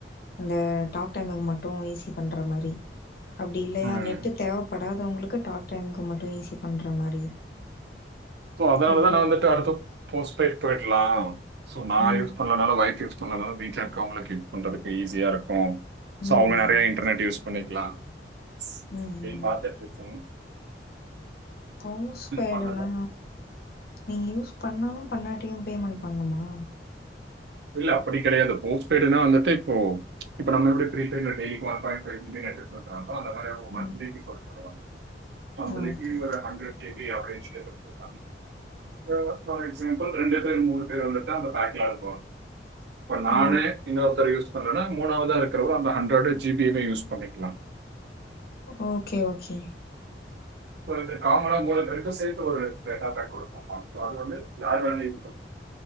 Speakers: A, on the left; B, on the right.
A: அந்த டாக் டைமுக்கு மட்டும் ஈஸி பண்ற மாரி அப்டி இல்லையா
B: ம்
A: நெட் ட்டு தேவப்படாதவங்களுக்கு டாக் டைமுக்கு மட்டும் ஈஸி பண்ற மாரி
B: சோ அதனாலதான்
A: கொண்டு
B: நான்
A: வர
B: வந்துட்டு அடுத்து போஸ்பேய்டு போய்டலா சோ நா
A: ம்
B: யூஸ் ப அதானால ஒய்ப் யூஸ் பண்ணாதால வீட்ல இருக்குவங்களுக்கு யூஸ் பண்றதுக்கு ஈஸியா இருக்கும்
A: ம்
B: சோ அவங்க யா
A: ம்
B: நிறைய இன்டர்நெட் யூஸ் பண்ணிக்கலா ஆப்டின்னு
A: ம் ம்.
B: பாத்துட்டு இருக்க
A: போஸ் பேய்டுனா
B: பண்ணலை
A: நீங்கள் யூஸ் பண்ணாலும் பன்னாட்டியும் பேமெண்ட் பண்ணுமா
B: இல்ல அப்டி கிடையாது போஸ்பெய்டுனா வந்துட்டு இப்போ இப்ப நம்ம எப்டி prepaid daily one point five G B net குடுக்குறாங்களோ அதுமாரி ஒரு மாசதுக்கு
A: ம்
B: போட்டு தருவாங்க மன்த்லிக்கு
A: ஓகே.
B: ஒரு ஹண்டர் ஜேபி அப்டேஷன் குடுத்தாலும் இப்ப ஃபார் எக்ஸாம்பிள் ரெண்டு பேர் மூணு பேர் வந்துட்டு அந்த பேக்ல இருப்பாங்க இப்ப நானே
A: ஓ
B: இன்னொருத்தர் யூஸ் பண்றேன்னா மூணாவதான் இருக்கவ அந்தஹண்ட்ரட் ஜி பியுமே யூஸ் பண்ணிக்கலா
A: ஓகே ஓகே
B: இது காமனா மூணு பேரு சேர்த்து ஒரு டேட்டா பேக் குடுப்பாங்க சோ அது வந்து யாரு வேனா ஈசி